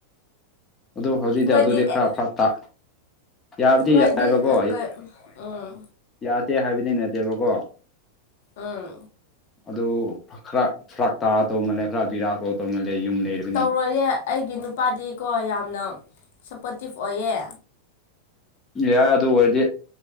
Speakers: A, on the left; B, on the left.
A: ꯑꯗꯨ ꯍꯧꯖꯤꯛꯇꯤ
B: ꯅꯣꯏꯗꯤ
A: ꯑꯗꯨꯗꯤ ꯈꯔ
B: ꯑꯦ
A: ꯐꯠꯇ ꯌꯥꯕꯨꯗꯤ
B: ꯅꯣꯏꯗꯤ
A: ꯌꯥꯏꯕꯀꯣ
B: ꯑꯪꯀꯜ ꯎꯝ
A: ꯌꯥꯗꯦ ꯍꯥꯏꯕꯗꯤ ꯅꯠꯇꯦꯕꯀꯣ
B: ꯑꯥ
A: ꯑꯗꯨ ꯈꯔ ꯐꯔꯥꯛ ꯇꯥꯔ ꯇꯧ ꯃꯜꯂꯦ ꯈꯔ ꯕꯤꯔꯥ ꯇꯧꯔ ꯇꯧ ꯃꯜꯂꯦ ꯌꯨꯝ ꯂꯩꯔ
B: ꯇꯧꯔꯣꯏꯌꯦꯦ ꯑꯩꯒꯤ ꯅꯨꯄꯥꯗꯤꯀꯣ ꯌꯥꯝꯅ ꯁꯞꯄꯣꯔꯇꯤꯞ ꯑꯣꯏꯌꯦ
A: ꯌꯥꯏ ꯑꯗꯨ ꯑꯣꯏꯔꯗꯤ